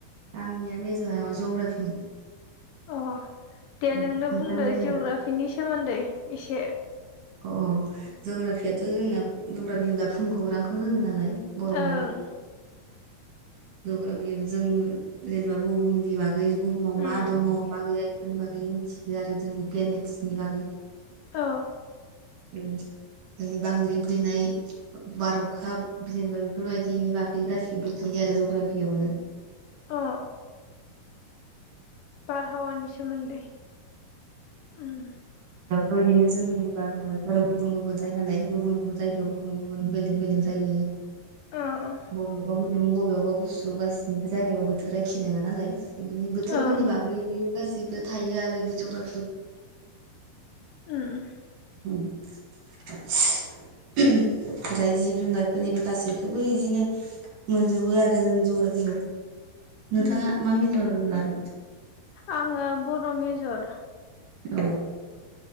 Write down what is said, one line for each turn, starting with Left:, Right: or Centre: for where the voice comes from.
Right: आंनिया मेज'राव जग्राफिमोन।।
Left: अ दे
Right: ओं
Left: नोंनो
Right: नोंथांनियालाय
Left: बुंदो जिअग्राफिनि
Right: मा
Left: सोमोन्दै एसे
Right: अ जग्राफियाथ' जोंना जग्राफिनिबा फुमखौगरांखौनो होगो नालाय बर'आव
Left: ओं
Right: जग्राफि जों जेनेबा बुहुमनि बागै बुहुमाव
Left: उम
Right: मा दङ' मा गैया इफोरनि बागै मिथियो आरो जोंनि प्लेनेटसनि बागै
Left: औ।
Right: उम बांग्रिं फैनाय बार अखा जेनेबा बेफोर बायदिनि बागै गासिबो थायो आरो जग्राफियावनो।
Left: अ बारहावानि सोमोन्दै उम।
Right: दाथ' बिदिनो जोंनि बारहावायाथ' गुबुन गुबुन जायो नालाय गुबुन गुबुन जायगायाव गुबुन गुबुन बेलेग बेलेग जायो।
Left: औ
Right: बबेयावबा गुदुं बबेयावबा गुसु गासिनिबो जायगायाव बोथोरा एखि नङा नालाय। बिदिनो बोथोरफोरनि
Left: ओं
Right: बागै गासिबो थायो आरो बे जग्राफियाव।
Left: ओम।
Right: हम <inaudible> <inaudible> दायो जिब जुनारफोरनिबो गासिबखोबो इदिनो। मोनजोबो आरो जों जग्राफियाव। नोंथाङा
Left: उम
Right: मा मेजर लादों?
Left: आङो बर' मेजर।
Right: औ।